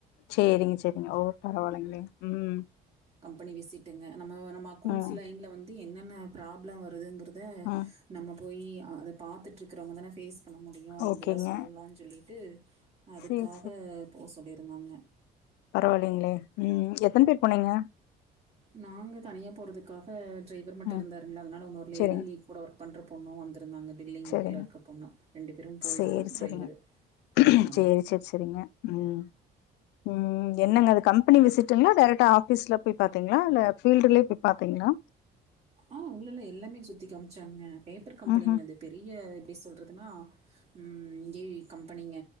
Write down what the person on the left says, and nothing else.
செரிங்க செரிங்க ஓ பரவாலெங்களோ உம்
ம்
ம்
ஓகேங்க
சேரி
பரவால்லிங்ளே ம் எத்தன பேர் போனீங்க
ம்
சேரிங்க
சேரிங்க
சேரி
சேரிங்க
சேரி சேரி சேரிங்க ம் ம் என்னங்க அது கம்பெனி விசிட்டுங்களா டேரெக்டா ஆஃபீஸ்ல போய் பாத்தீங்ளா இல்ல ஃபீல்டுலயே போய் பாத்தீங்களா
ம்ஹூம்